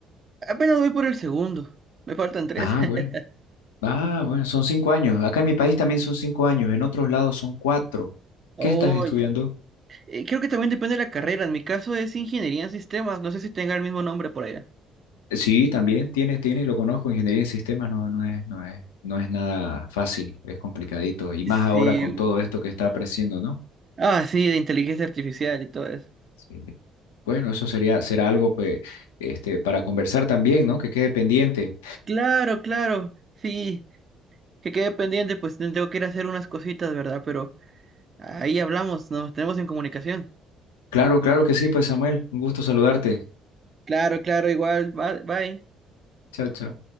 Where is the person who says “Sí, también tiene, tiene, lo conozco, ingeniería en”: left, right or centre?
Left